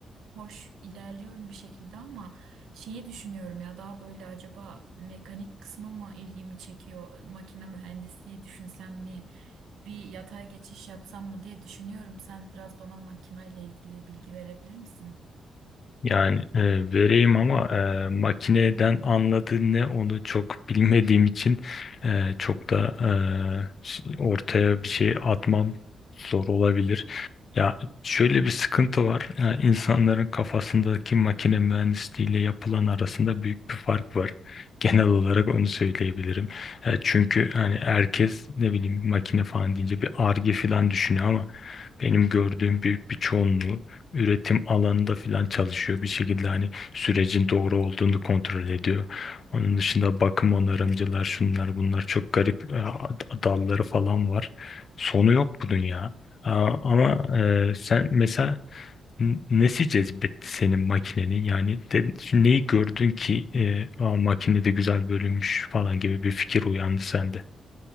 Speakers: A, on the right (about 80°); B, on the left (about 50°).
A: hoş ilerliyorum bir şekilde ama Şeyi düşünüyorum ya daha böyle acaba mekanik kısmı mı ilgimi çekiyor? Makine mühendisliği düşünsem mi? Bir yatay geçiş yapsam mı diye düşünüyorum. Sen biraz bana makineyle ilgili bilgi verebilir misin?
B: Yani e, vereyim ama e, makineden anladığı ne onu çok <laughs> bilmediğim için e, çok da e, ş- ortaya bir şey atmam zor olabilir. Ya şöyle bir sıkıntı var. E, insanların kafasındaki makine mühendisliği ile yapılan arasında büyük bir fark var. <laughs> Genel olarak onu söyleyebilirim. E, çünkü hani herkes ne bileyim makine falan deyince bir arge falan düşünüyor ama benim gördüğüm büyük bir çoğunluğu üretim alanında falan çalışıyor. Bir şekilde hani sürecin doğru olduğunu kontrol ediyor. Onun dışında bakım onarımcılar şunlar bunlar çok garip e, ad- dalları falan var. Sonu yok bunun ya. Aa, Ama e, sen mesela N- Nesi cezbetti senin makineni? Yani de, neyi gördün ki e, "Aa, makine de güzel bölünmüş falan gibi bir fikir uyandı sende.